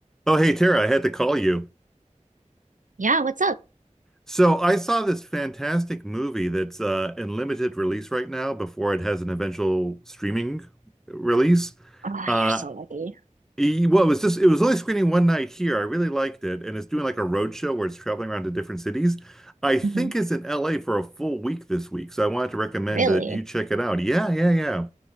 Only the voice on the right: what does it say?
Yeah, what's up?
Oh,
you're so lucky.
hmm
Really?